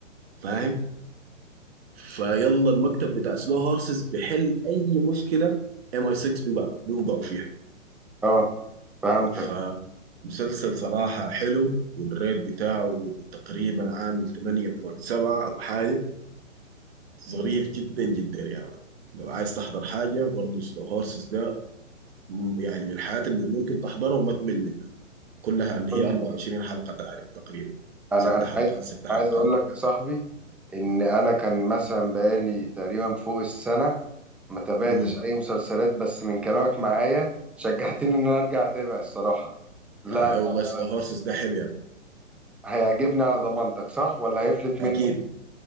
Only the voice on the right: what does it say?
فاهم فيلا المكتب بتاع سلو هورسز بيحل اي مشكله ام اي 6 بيوقع بيوقعوا فيها
فمسلسل صراحه حلو والريت بتاعه تقريبا عامل 8.7 او حاجه ظريف جدا جدا يعني لو عايز تحضر حاجه برضه سلو هورسز ده م- يعني من الحاجات اللي ممكن تحضرها وما تمل منها كلها اللي
هي 24 حلقة تعرف تقريبا
ست
حلقات
ست حلقات
امم
اي
والله
سلو هورسز ده حلو يعني
اكيد